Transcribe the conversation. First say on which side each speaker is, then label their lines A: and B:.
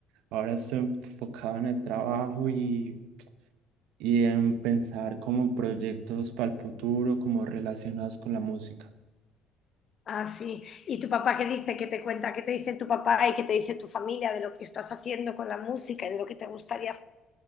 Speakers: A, on the right; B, on the left.
A: ahora estoy enfocado en el trabajo y, y en pensar como proyectos para el futuro, como relacionados con la música.
B: Ah, sí. ¿Y tu papá qué dice? ¿Qué te cuenta? ¿Qué te dice tu papá y qué te dice tu familia de lo que estás haciendo con la música y de lo que te gustaría